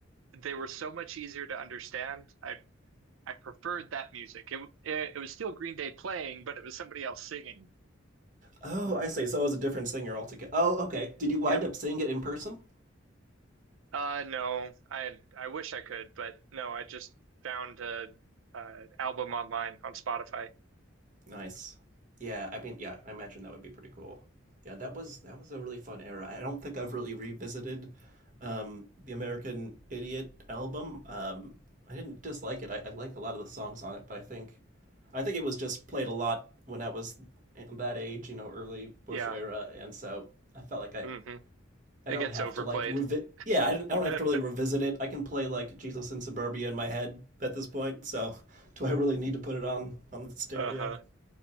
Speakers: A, on the right (about 85°); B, on the right (about 40°).
A: they were so much easier to understand. I I preferred that music. It it, it was still Green Day playing, but it was somebody else singing.
B: Oh, I see. So it was a different singer altogether. Oh, okay. Did you wind
A: Yeah.
B: up seeing it in person?
A: Uh, no, I I wish I could, but no, I just found a, a album online on Spotify.
B: Nice. Yeah, I mean, yeah, I imagine that would be pretty cool. Yeah, that was that was a really fun era. I don't think I've really revisited um, the American Idiot album. Um, I didn't dislike it. I, I like a lot of the songs on it, but I think I think it was just played a lot when I was that age, you know, early Bush
A: Yeah,
B: era, and so I felt like I
A: hmm
B: I
A: It
B: don't
A: gets
B: have
A: overplayed.
B: to like revi yeah, I didn't I don't
A: <laughs>
B: have to really revisit it. I can play like Jesus in Suburbia in my head at this point, so <laughs> do I really need to put it on on the stereo?
A: Uh-huh.